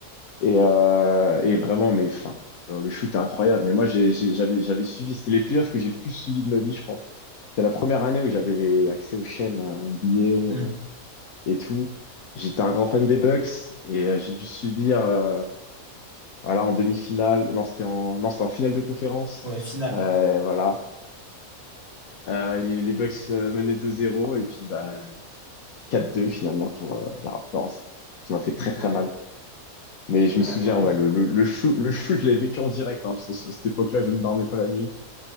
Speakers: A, on the left (about 75°); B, on the left (about 45°).
A: Et, euh, et vraiment, mais enfin, euh, le shoot est incroyable. Mais moi, j'ai, j'ai- j'avais, j'avais suivi. C'était les playoffs que j'ai le plus suivi de ma vie, je crois. C'était la première année où j'avais les accès aux chaînes euh, NBA
B: Hmm.
A: et tout. J'étais un grand fan des Bucks et euh, j'ai dû subir, euh, voilà, en demi-finale. Non, c'était en, non, c'était en finale de conférence.
B: Ouais, finale.
A: Euh, voilà. Euh, et les Bucks euh, menaient 2-0 et puis bah. 4-2 finalement pour euh, les Raptors. Ça m'a fait très très
B: Ouais,
A: mal. Mais je
B: ouais,
A: me souviens,
B: non,
A: ouais, le, le, le shoot, le shoot, je l'avais vécu en direct, hein, parce que à cette époque-là, je ne dormais pas la nuit.